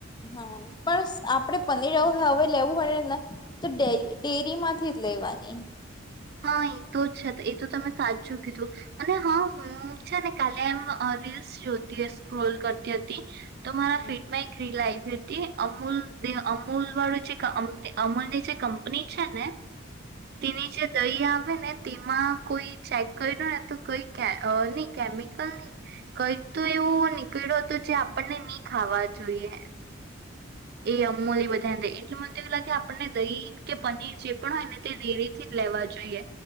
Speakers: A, on the left; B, on the right.
A: હા પણ આપડે પનીર હવે લેવું પડેને તો ડે ડેરી માંથી જ લેવાની
B: હા એ તો છે એ તો તમે સાચું કીધું અને હા હું છે ને કાલે એમ રીલ્સ જોતી સ્ક્રોલ કરતી હતી તો મારા
A: હા.
B: ફિટમા એક રિલ આ હતી અમૂલ અમૂલ વાળું જે અમૂલની જે કંપની છે ને તેની જે આવે ને તેમાં કોઈ ચેક કર્યો ને તો કઈ ની કેમિકલ ની કઈક તો એવુ નીકળ્યો હતો જે આપણને ની ખાવા જોઈએ એ અમુલ એ બધાને એટલે મને એવુ લાગે આપણને દહીં કે પનીર જે પણ હોયને તે ઘેરેથી લેવા જોઈએ.